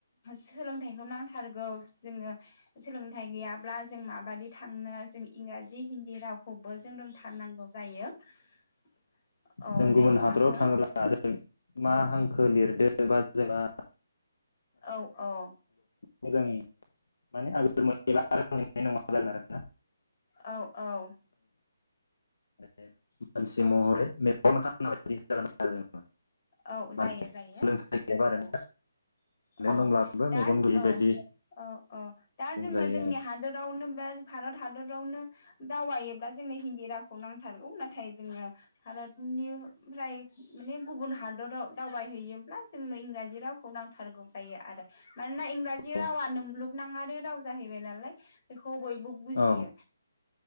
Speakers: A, on the left; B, on the left.
A: सोलोंथाइखौ नांथारगौ जोङो सोलोंथाइ गैयाब्ला जों माबायदि थांनो जों इंराजि हिन्दी राव खौबो जों रोंथारनांगौ जायो। <inaudible>
B: जों
A: दे
B: गुबुन
A: नोंथां
B: हादराव
A: बुं
B: थाङोब्ला जों मा हांखो लिरदों बा जोंहा
A: औ औ
B: मोजां माने आगोल मोननाय एबानाय नङा जागोन आरोना
A: औ औ
B: बे मानसि
A: औ
B: महरै मेगन खाना बायदि जागोन आरो जों
A: औ जायो
B: माने
A: जायो
B: सोलोंथाइ गैयाबा आरो
A: औ
B: मेगन
A: औ
B: दंब्लाबो
A: दा
B: मेगन गैयि
A: औ
B: बायदि
A: औ औ दा
B: बुंजायो
A: जोङो जोंनि
B: आरो
A: हादोरावनो भारत हादरावनो दावायोब्ला जोंनो हिन्दी रावखौ नांथारगौ नाथाय जोङो भारत निफ्राय माने गुबुन हादराव दावबायहैयोब्ला जोंनो इंराजि रावखौ नांथारगौ जायो आरो मानोना इंराजि रावानो
B: उम
A: मुलुगनाङारि राव जाहैबाय नालाय खौ बयबो बुजियो
B: औ